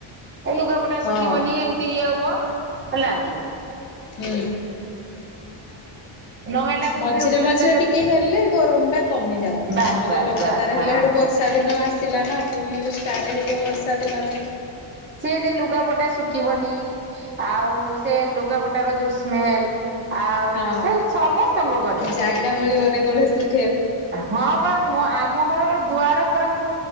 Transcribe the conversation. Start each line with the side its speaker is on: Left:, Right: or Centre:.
Right: ଆଉ ଲୁଗାପଟା
Left: ହଁ
Right: ଶୁଖିବନି ଏମିତି ଇଏ ହବ। ହେଲାକି?
Left: ହୁଁ
Right: ନହେଲାକୁ
Left: ମଝିରେ
Right: ବି ବିରକ୍ତି ଲାଗି
Left: ମଝିରେ ଟିକେ ହେଲେ ଗରମ ଟା କମି ଯାଉଛି
Right: ବାସ୍
Left: ନହେଲେ
Right: ବାସ୍
Left: ଲଗାତାର
Right: ବାସ୍
Left: ହେଲେ
Right: ହଁ
Left: ସେଇଟୁ ବର୍ଷା ଦିନ ଆସି ଥିଲା ନା ପୁଣି ସେଇଠୁ ଷ୍ଟାର୍ଟ ହେଇଯିବ ବର୍ଷା ଦିନରେ
Right: ସେ ଯେ ଲୁଗାପଟା ଶୁଖିବନି ଆଉ ସେ ଲୁଗାପଟାର ଯେଉଁ ସ୍ମେଲ ଆଉ
Left: ହଁ
Right: ସେ ସମସ୍ତଙ୍କ ଘରେ
Left: ଜାଗା ମିଳିବନି କଉଠି ସୁ
Right: ହଁ ବାଁ ଆମ ଘର ଗୋଟେ ଦୁଆର ଦୁଆରେ ଵା ମୁଁ